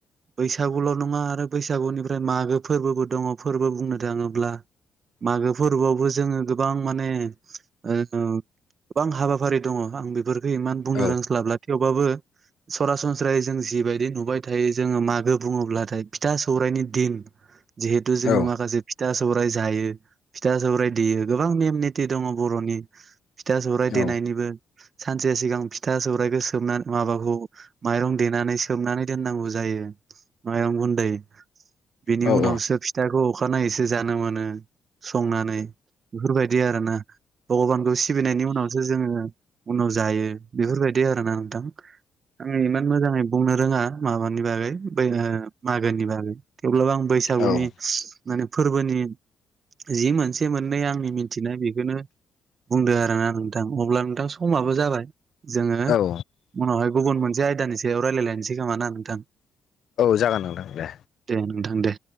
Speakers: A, on the right; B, on the left.
A: बैसागुल' नङा आरो बैसागुनिफ्राय मागो फोरबोबो दङ' फोरबो बुंनो थाङोब्ला। मागो फोरबोयावबो जोङो गोबां माने ओ गोबां हाबाफारि दङ' आं बेफोरखो इमान बुंनो
B: औ
A: रोंस्लाबला थेवबाबो सरासनस्रायै जों जिबायदि नुबाय थायो जोङो मागो बुङोब्लाथाय फिथा सौरायनि दिन जिहेथु जोङो
B: औ
A: माखासे फिथा सौराय जायो। फिथा सौराय देयो गोबां नेम निथि दङ' बर'नि फिथा सौराय
B: नों
A: देनायनिबो सानसे सिगां फिथा सौराइखौ सोबनानै माबाखौ माइरं देनानै सोमनानै दोननांगौ जायो। माइरं गुनदै बिनि
B: औ
A: उनावसो फिथाखौ अखानायैसो जानो मोनो। संनानै बेफोरबायदि आरोना भग'बानखौ सिबिनायनि उनावसो जोङो उनाव जायो बेफोरबायदि आरोना नोंथां। आं इमान मोजाङै बु बुंनो रोङा माबानि बागै बै ओ मागोनि बागै थेवब्लाबो आं बैसागुनि
B: औ
A: माने फोरबोनि जि मोनसे मोननै आंनि मिथिनाय बेखोनो बुंदों आरोना नोंथां अब्ला नोंथां समाबो जाबाय जोङो
B: औ औ
A: उनावहाय गुबुन मोनसे आयदानि सायाव रायलायलायनोसै सै खोमा ना नोंथां
B: जागोन नोंथां दे
A: दे नोंथां दे